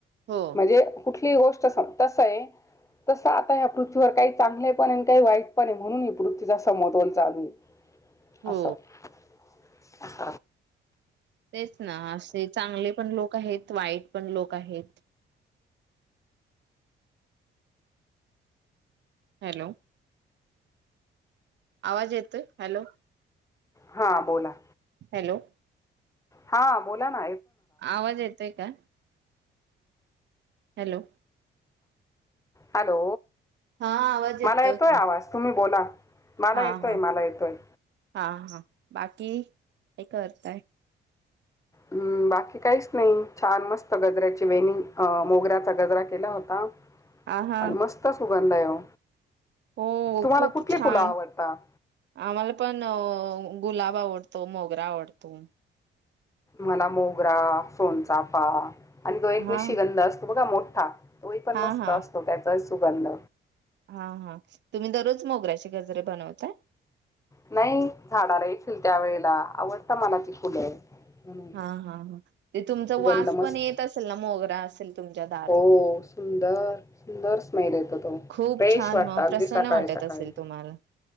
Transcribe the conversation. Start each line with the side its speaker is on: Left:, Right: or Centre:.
Right: हो
Left: म्हणजे कुठली गोष्ट तस आहे तसं आता या्या पृथ्वीवर काही चांगले पण आहे आणि काही वाईट पण आहे म्हणून ही पृथ्वीचा समोवन चालू आहे
Right: हो
Left: अस अस
Right: तेच ना असे चांगले पण लोक आहेत वाईट पण लोक आहेत हॅलो आवाज येतोय हॅलो
Left: हां बोला
Right: हॅलो
Left: हा बोला ना
Right: आवाज येतोय का? हॅलो
Left: हॅलो
Right: हा आवाज
Left: मला येतोय
Right: का
Left: आवाज... तुम्ही बोला, मला
Right: हा
Left: येतोय,
Right: हा
Left: मला येतोय
Right: हा... हा... बाकी काय करताय?
Left: हम्म... बाकी काहीच नई... छान, मस्त गजऱ्याची वेणी... अ... मोगऱ्याचा गजरा केला होता
Right: हा हा
Left: आणि मस्त सुगंध ए ओ...
Right: हो
Left: तुम्हाला
Right: खूप
Left: कुठली
Right: छान
Left: फुलं आवडतात?
Right: आम्हाला पण... अ... गुलाब आवडतो, मोगरा आवडतो.
Left: मला मोगरा, सोनचाफा आणि तो एक
Right: हा
Left: निशिगंध असतो बघा... मोठा तोही पण
Right: हा
Left: मस्त
Right: हा
Left: असतो, त्याचाही सुगंध
Right: हा... हा... तुम्ही दररोज मोगऱ्याची गजरे बनवताय?
Left: नाई... झाडाला येतील त्यावेेळेला... आवडता मला ती फुलं म्हणून
Right: हा हा हा... ते तुमचा
Left: सुगंध
Right: वास
Left: मस्त.
Right: पण येत असेल ना, मोगरा असेल तुमच्या दारात
Left: हो
Right: तर...
Left: सुंदर, सुंदर स्मेल येतो तो.
Right: खूप
Left: फ्रेश
Right: छान
Left: वाटतं
Right: मग
Left: अगदी
Right: प्रसन्न
Left: सकाळी
Right: वाटत
Left: सकाळी.
Right: असेल? तुम्हाला